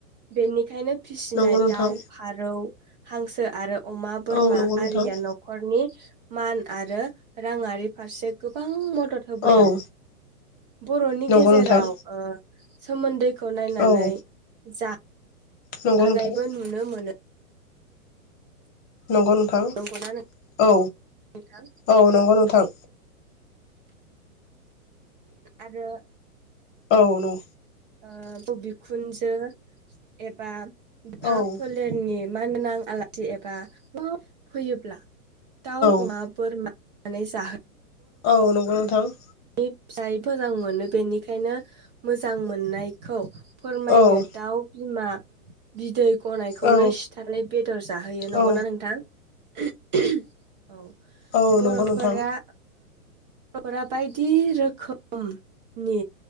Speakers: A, on the right (about 30°); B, on the left (about 20°).
A: बेनिखायनो फिसिनाय
B: नंगौ नोंथां
A: दाउ फारौ हांसो आरो अमा बोरमा
B: औ नंगौ नोंथां
A: आरिया न'खरनि मान आरो राङारि फारसे गोबां मद होबोदों
B: औ
A: बर'नि
B: नंगौ
A: गेजेराव
B: नोंथां
A: ओ सोमोन्दै खौ नायनानै
B: औ
A: जा
B: नंगौ
A: खानायबो
B: नोंथां
A: नुनो मोनो।
B: नंगौ नोंथां
A: नंगौना
B: औ
A: नोंथां
B: औ नंगौ नोंथां।
A: आरो
B: औ नं
A: ओ ब बिखुनजो एबा भाब
B: औ
A: फोलेरनि मानगोनां आलासि एबा फैयोब्ला दाउ
B: औ
A: अमा बोरमा नानै जाहो
B: औ नंगौ नोंथां।
A: नि फिसाय फोजां मोनो बेनिखायनो मोजां मोननायखौ फोरमायनो
B: औ
A: दाउ बिमा बिदै गनायखौनो
B: औ
A: सिथारनाय बेदर जाहोयो
B: औ
A: नंगौना नोंथां? <inaudible> औ
B: औ
A: बर'फोरा
B: नंगौ नोंथां
A: ओ <unintelligible> बायदि रोखोमनि